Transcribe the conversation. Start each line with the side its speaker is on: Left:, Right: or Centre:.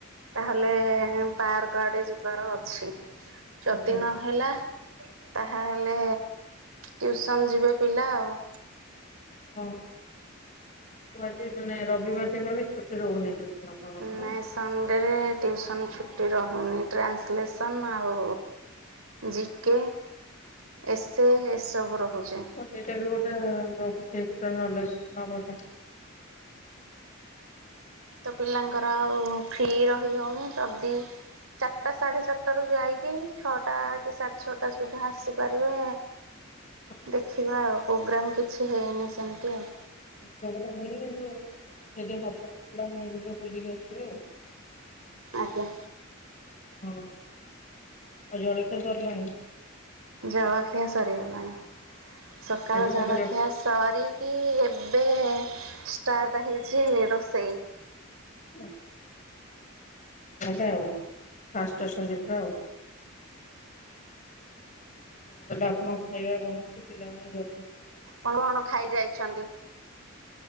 Right: ତାହେଲେ ପାର୍କ ଆଡେ ଯିବାର ଅଛି। ଯଦି
Left: ଆଚ୍ଛା ଆଚ୍ଛା।
Right: ନହେଲା ତାହାହେଲେ ଟିଉସନ୍ ଯିବେ ପିଲା ଆଉ।
Left: ହଁ ମୁ ଆଜି ମାନେ ରବିବାର ଦିନ ବି ଛୁଟି ରହୁନି ତ। <inaudible>
Right: ନାଇଁ ସଣ୍ଡେରେ ଟ୍ୟୁସନ୍ ଛୁଟି ରହୁନି ଟ୍ରାନ୍ସଲେସନ୍ ଆଉ। ଜିକେ ଏସେ ଏସବୁ ରହୁଛେ।
Left: ଏଇଟା ବି ଗୋଟେ ରହୁଛି ଏକଷ୍ଟ୍ରା ନଲେଜ ନବା ପାଇଁ।
Right: ତ ପିଲାଙ୍କର ଆଉ ଫ୍ରି ରହି ହେଉନି ତ ଚାରିଟା ସାଢ଼େ ଚାରିଟାରୁ ଯାଇକି ଛଅଟା କି ସାଢ଼େ ଛଅଟା ସୁଦ୍ଧା ଆସିପାରିବେ।
Left: <unintelligible>
Right: ଦେଖିବା ଆଉ ପୋଗ୍ରାମ୍ କିଛି ହେଇନି ସେମିତି ଆଉ।
Left: ନେଇକି ଯିବେ ଯଦି ହବ ତ ପିଲାଙ୍କୁ ନେଇକି ବୁଲିକି ଆସିବି ଆଉ।
Right: ଆଜ୍ଞା।
Left: ହଁ ଆଉ ଜଳଖିଆ ସରିଲାଣି।
Right: ଜଳଖିଆ ସରିଗଲାଣି ସକାଳ
Left: ଆଜି କଣ
Right: ଜଳଖିଆ ସରିକି ଏବେ ଷ୍ଟାର୍ଟ ହେଇଛି ରୋଷେଇ।
Left: ଆଛା। <inaudible> ଫାଷ୍ଟ ଅଛନ୍ତି ପୁରା ଆଉ। ଆଉ ତାହେଲେ ଆପଣ ଖାଇବା ବନନ୍ତୁ ପିଲାମାନେ <inaudible>
Right: ଆପଣ କଣ ଖାଇ ଯାଇଛନ୍ତି।